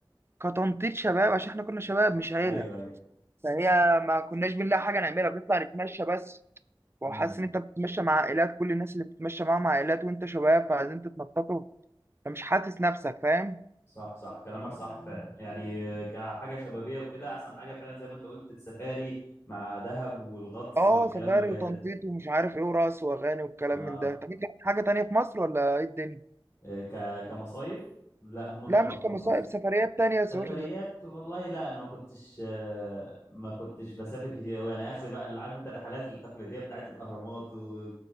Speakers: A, on the right; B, on the left.
A: كتنطيط شباب عشان احنا كنا شباب مش عيلة
B: ايوه ايوه
A: فهي ما كناش بنلاقي حاجة نعملها بنطلع نتمشى بس وحاسس
B: امم امم.
A: ان انت بتتمشى مع عائلات كل الناس اللي بتتمشى معاهم عائلات وانت شباب فعايزين تتنططوا فمش حاسس نفسك فاهم
B: صح صح كلامك صح فعلا يعني آه، كحاجة شبابية وكده احسن حاجة فعلا زي ما انت قلت السفاري مع دهب والغطس
A: اه
B: والكلام
A: سفاري
B: الرايق
A: وتنطيط
B: ده
A: ومش عارف ايه ورقص واغاني والكلام
B: اه
A: من ده طب انت عندك حاجة تانية في مصر ولا ايه الدنيا؟
B: آه، ك كمصايف لا هم دول
A: لا
B: اللي
A: مش
B: رحتهم
A: كمصائب
B: مصيف
A: سفريات تانية يا زهور
B: سفريات والله لا انا ما كنتش آه، ما كنتش بسافر كتير قوي يعني اخر بقى اللي عارف انت الرحلات التقليديه بتاعت الاهرامات و...